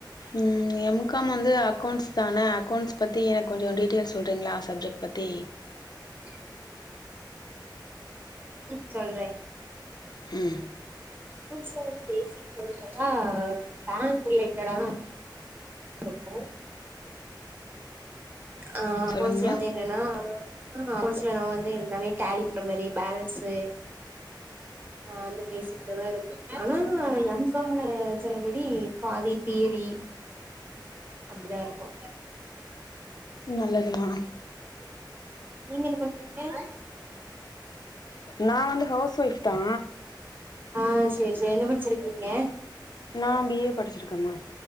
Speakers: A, on the left; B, on the right.
A: ம் எம் காம் வந்து அக்கௌண்ட்ஸ் தானே அக்கௌண்ட்ஸ் பத்தி எனக்கு கொஞ்சோ டீட்டெயில்ஸ் சொல்றீங்களா சப்ஜெக்ட் பத்தி
B: சேரி ச்சொல்றே
A: ம்
B: அக்கௌண்ட்ஸ்ல வந்து பேசிக் ரிலேட்டடா பேங்க் ரிலேட்டடாதா இருக்கு ஆ அக்கௌண்ட்ஸ்ல
A: சொல்லுங்கமா
B: வந்து என்னன்னா <inaudible> அக்கௌண்ட்ஸ்ல நம்ம வந்து எல்லாமே டேலி பண்ற மாரி பேலன்ஸு <inaudible> ஆ அந்த பேசிக்ல தா இருக்கு ஆனா எம் காம் ல செலபடி பாதி தியரி அப்டிதா இருக்கு
A: நல்லதும்மா
B: நீங்க என்ன பண்றீங்க
A: நா வந்து ஹவுஸ் ஒய்ஃப் தா
B: ஆ சேரி சேரி என்ன படிச்சிருக்கீங்க
A: நா பி ஏ படிச்சிருக்கேம்மா